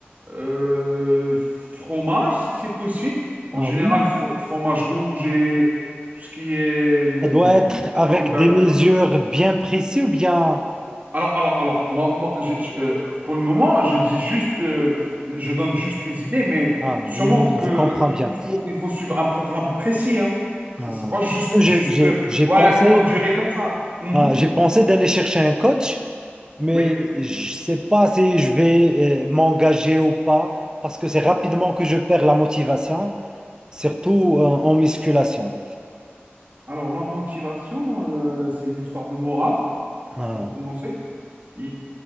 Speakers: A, on the right; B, on the right.
A: euh, fromage, si c'est possible. En
B: Ah
A: général,
B: oui.
A: fro- fromage rouge et tout ce qui est hum,
B: Ça doit être avec
A: camembert,
B: des
A: tout
B: mesures
A: ça.
B: bien précises ou bien...
A: Alors, alors, alors, moi, moi, je- je, euh, pour le moment, je dis juste, euh, je donne juste les idées, mais
B: Ah
A: sûrement
B: oui, oui,
A: que
B: je comprends
A: il
B: bien.
A: il faut, il faut suivre un programme précis, hein. C'est
B: Euh,
A: c'est pas juste,
B: que j'ai
A: juste,
B: j'ai-
A: euh,
B: j'ai
A: ouais,
B: pensé,
A: prendre durée comme ça. Mhm.
B: ah, j'ai pensé d'aller chercher un coach, mais
A: Oui.
B: je sais pas si je vais euh, m'engager ou pas, parce que c'est rapidement que je perds la motivation, surtout euh, en musculation.
A: Alors, la motivation, euh, c'est une histoire de morale,
B: Ah,
A: pour commencer. Il,